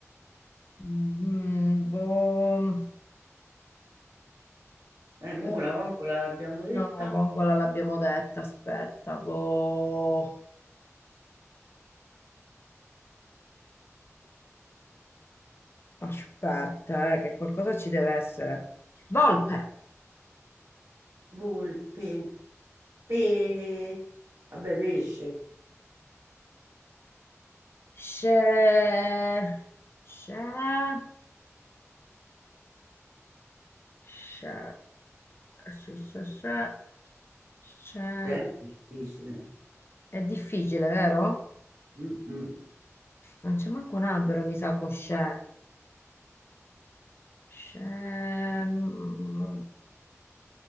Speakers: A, on the left; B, on the right.
A: Mm, boh,
B: eh, mo
A: eh,
B: la vongola l'abbiamo detta,
A: no, vongola l'abbiamo detta, aspetta, boh, aspetta, eh, che qualcosa ci deve essere, volpe,
B: volpe, pe, vabbè, pesce.
A: C'è, c'è, c'è, c'è, c'è, c'è, c'è.
B: È difficile.
A: È difficile, vero?
B: Mm-mm.
A: Non c'è manco un albero, mi sa, con c'è. C'è... mm,